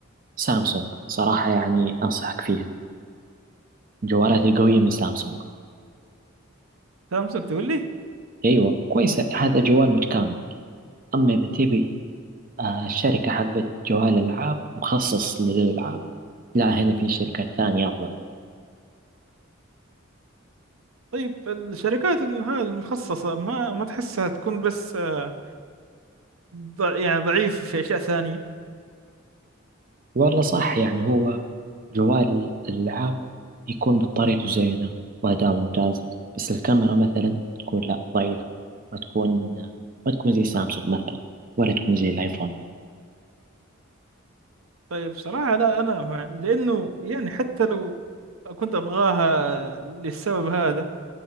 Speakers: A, on the right (about 45°); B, on the right (about 90°).
A: سامسونج صراحة يعني أنصحك فيها الجوالات القوية من سامسونج
B: سامسونج تقول لي
A: أيوة كويسة هذا جوال متكامل أما إذا تبي آه، الشركة حقت جوال ألعاب مخصص للألعاب لا هنا في شركات ثانية أفضل
B: طيب الشركات ال- هذه المخصصة ما ما تحسها تكون بس آه، ض... يعني ضعيف في اشياء ثانيه
A: والله صح يعني هو جوال الألعاب يكون بطاريته زينة وأداء ممتاز بس الكاميرا مثلا تكون لا ضعيفة ما تكون ما تكون زي سامسونج مثلا ولا تكون زي الآيفون
B: طيب صراحه لا انا مع- لانه يعني حتى لو كنت ابغاها للسبب هذا